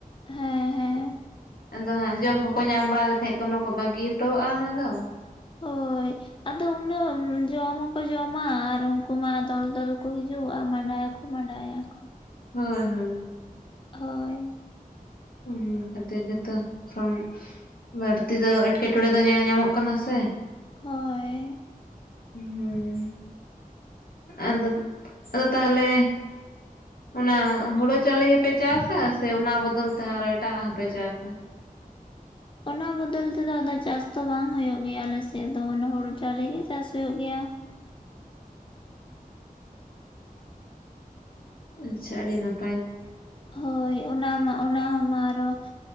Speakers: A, on the left; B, on the left.
A: ᱦᱮᱸ
B: ᱾
A: ᱦᱮᱸ
B: ᱟᱫᱚ ᱦᱟᱸᱜ ᱡᱚᱢ ᱠᱚᱠᱚ ᱧᱟᱢ ᱵᱟᱲᱟ ᱞᱮᱠᱷᱟᱡ ᱠᱚᱱᱚ ᱠᱚ ᱵᱟᱹᱜᱤ ᱦᱚᱴᱚᱣᱟᱜ-ᱟ ᱚᱱᱟ ᱫᱚ ᱾
A: ᱦᱳᱭ ᱟᱫᱚ ᱩᱱᱟᱹᱜ ᱡᱚᱢ ᱦᱚᱸᱠᱚ ᱡᱚᱢᱟ ᱟᱨ ᱩᱱᱠᱩ ᱢᱟ ᱫᱚᱞ, ᱫᱚᱞ ᱠᱚ ᱦᱤᱡᱩᱜ-ᱟ ᱟᱨ ᱢᱟᱸᱰᱟᱭᱟᱠᱚ ᱾ ᱢᱟᱰᱟᱭᱟ ᱠᱚ ᱾
B: ᱦᱳᱭ, ᱦᱳᱭ ᱾
A: ᱦᱳᱭ ᱾
B: ᱦᱩᱸ ᱦᱟᱛᱤ ᱜᱮᱛᱚ ᱥᱚᱢ ᱵᱟᱹᱲᱛᱤ ᱫᱚ ᱮᱴᱠᱮᱴᱚᱬᱮ ᱫᱚ ᱧᱮᱞ ᱧᱟᱢᱚᱜ ᱠᱟᱱᱟ ᱥᱮ ᱾
A: ᱦᱳᱭ ᱾
B: ᱦᱩᱸ ᱟᱫᱚ, ᱟᱫᱚ ᱛᱟᱦᱚᱞᱮ ᱚᱱᱟ ᱦᱩᱲᱩ ᱪᱟᱣᱞᱮ ᱜᱮᱯᱮ ᱪᱟᱥᱟ ᱥᱮ ᱚᱱᱟ ᱵᱚᱫᱚᱞ ᱛᱮ ᱟᱨᱚ ᱮᱴᱟᱜ ᱦᱚᱸᱯᱮ ᱪᱟᱥᱟ?
A: ᱚᱱᱟ ᱵᱚᱫᱚᱞ ᱛᱮᱫᱚ ᱟᱫᱚ ᱪᱟᱥ ᱫᱚ ᱵᱟᱝ ᱦᱩᱭᱩᱜ ᱜᱮᱭᱟ ᱟᱞᱮᱥᱮᱫ ᱫᱚ, ᱚᱱᱟ ᱦᱩᱲᱩ ᱪᱟᱣᱞᱮ ᱜᱮ ᱪᱟᱥ ᱦᱩᱭᱩᱜ ᱜᱮᱭᱟ ᱾
B: ᱟᱪᱪᱷᱟ ᱟᱹᱰᱤ ᱱᱟᱯᱟᱭ ᱾
A: ᱦᱳᱭ ᱾ ᱚᱱᱟ ᱢᱟ ᱚᱱᱟ ᱦᱚᱸ ᱢᱟ ᱟᱨ ᱦᱚᱸ